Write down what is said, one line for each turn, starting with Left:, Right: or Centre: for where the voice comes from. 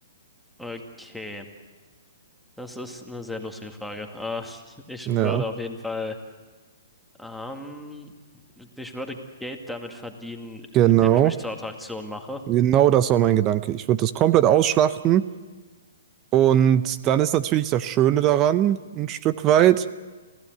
Centre: Okay, das ist eine sehr lustige Frage. Äh, <laughs> ich
Right: Ja,
Centre: würde auf jeden Fall, ähm, ich würde Geld damit verdienen, indem
Right: genau.
Centre: ich mich zur Attraktion mache.
Right: Genau das war mein Gedanke. Ich würde das komplett ausschlachten. Und dann ist natürlich das Schöne daran, ein Stück weit